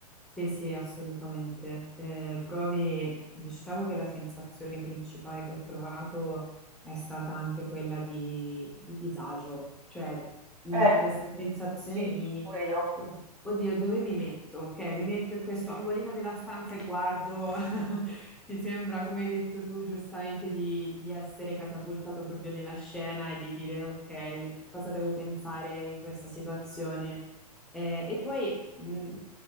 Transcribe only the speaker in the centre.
Sì, sì, assolutamente. Eh, provi, diciamo che la sensazione principale che ho provato è stata anche quella di, di disagio, cioè mh,
questa sensazione
di,
od- oddio, dove mi metto? Ok, mi metto in questo angolino della stanza e guardo, <laughs> ti sembra, come hai detto tu, giustamente, di, di essere catapultato proprio nella scena e di dire, ok, cosa devo pensare in questa situazione? Eh, e poi mh,